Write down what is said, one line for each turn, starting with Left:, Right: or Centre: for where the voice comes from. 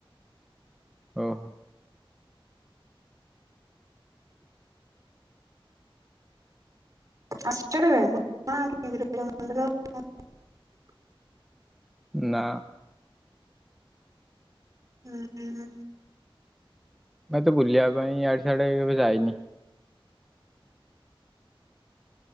Centre: ଓ ହୋ।
Right: ଅସୁଚ କେବେ <unintelligible>
Centre: ନା।
Right: ହୁଁ ହୁଁ।
Centre: ମ ଏତେ ବୁଲିବା ପାଇଁ ଇଆଡେ ସିଆଡେ କେବେ ଯାଇନି।